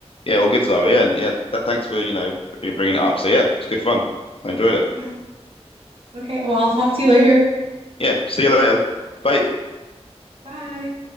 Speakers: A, on the left; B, on the right.
A: Yeah, all good, Zara. Yeah, and yeah, th thanks for, you know, bringing it up. So yeah, it's good fun. I enjoyed it.
B: Yeah. Okay. Well, I'll talk to you later.
A: Yeah, see you later. Bye.
B: Bye.